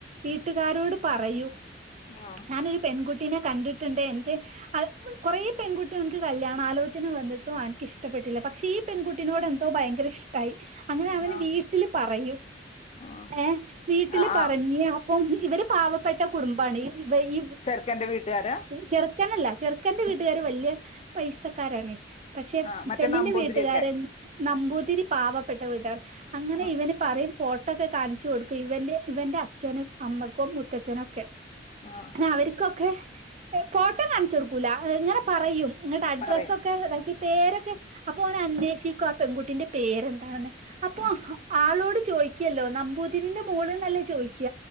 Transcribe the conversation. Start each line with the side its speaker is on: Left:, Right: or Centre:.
Right: വീട്ടുകാരോട് പറയും
Left: <unintelligible>
Right: ഞാനൊരു പെൺകുട്ടീനെ കണ്ടിട്ടുണ്ട് എനിക് ആഹ് കൊറേ പെൺകുട്ടി അവൻക്ക് കല്യാണ ആലോചന വന്നിട്ടും അവനിക്ക് ഇഷ്ടപ്പെട്ടില്ല പക്ഷെ ഈ പെൺകുട്ടിനോട് എന്തോ ഭയങ്കര ഇഷ്ടായി അങ്ങനെ അവന്
Left: ആഹ്
Right: വീട്ടില് പറയും
Left: ആഹ്
Right: ഏഹ് വീട്ടില്
Left: ആഹ് ആഹ്
Right: പറഞ്ഞ് ആ ഇപ്പം ഇവര് പാവപ്പെട്ട കുടുംബാണ് ഈ ഇവര് ഈ
Left: ചെറുക്കന്റെ വീട്ടുകാരാ
Right: ചെറുക്കനല്ല ചെറുക്കന്റെ വീട്ടുകാാര് വല്ല്യ പൈസക്കാരാണ് പക്ഷെ
Left: ആഹ് മറ്റേ
Right: പെണ്ണിന്റെ
Left: നമ്പൂതിരിയൊക്കെ
Right: വീട്ടുകാരൻ നമ്പൂതിരി പാവപ്പെട്ട വീട്ടുകർ അങ്ങനെ
Left: ആഹ്
Right: ഇവന് പറയും ഫോട്ടോക്കെ കാണിച്ചു കൊടുക്കും ഇവന്റെ ഇവന്റെ അച്ഛനും അമ്മക്കും മുത്തച്ഛനും ഒക്കെ
Left: ആഹ്
Right: അവർക്കൊക്കെ എഹ് ഫോട്ടം കാണിച്ച് കൊടുക്കൂല ഇങ്ങനെ പറയും ഇങ്ങട്ട് അഡ്രസൊക്കെ
Left: പറയും
Right: ഇതാക്കി പേരൊക്കെ അപ്പൊ ഓന് അന്വേഷിക്കും ആ പെൺകുട്ടിന്റെ പേരെന്താണെന്ന് അപ്പൊ
Left: ആഹ്
Right: ആളോട് ചോദിക്കല്ലോ നമ്പൂതിരിന്റെ മോള്ന്നല്ലേ ചോദിക്ക